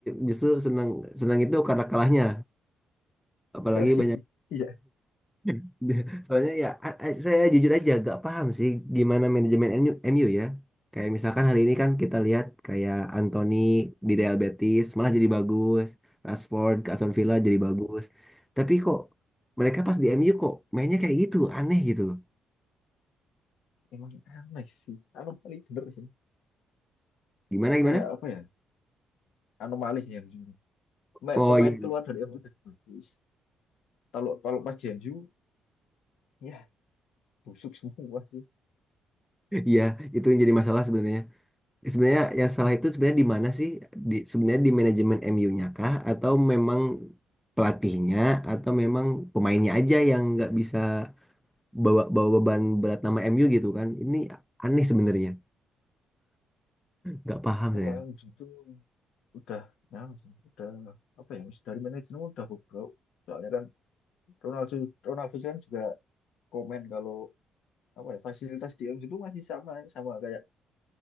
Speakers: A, in the centre; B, on the left.
A: justru senang senang itu karena kalahnya. Apalagi
B: <laughs>
A: banyak
B: iya
A: <laughs> soalnya ya a- a- saya jujur aja gak paham sih gimana manajemen MU, MU ya. Kayak misalkan hari ini kan kita lihat kayak Anthony di Real Betis malah jadi bagus, Rashford ke Aston Villa jadi bagus. Tapi kok mereka pas di MU kok mainnya kayak gitu, aneh gitu loh.
B: emang aneh sih anomali bener sih
A: Gimana gimana?
B: kayak apa ya anomali sih MU Me-
A: Oh
B: pemain
A: iya,
B: keluar dari MU udah bagus kalau kalau pas di MU ya busuk semua sih
A: iya itu yang jadi masalah sebenarnya. Sebenarnya yang salah itu sebenarnya di mana sih? Di, sebenarnya di manajemen MU-nya kah? Atau memang pelatihnya? Atau memang pemainnya aja yang nggak bisa bawa bawa beban berat nama MU gitu kan? Ini aneh sebenarnya. Nggak paham
B: kalau
A: saya.
B: yang itu udah ya, udah apa ya dari manajemen udah bobrok soalnya kan Ronaldo Ronaldo kan juga komen kalau apa ya fasilitas di MU itu masih sama sama kayak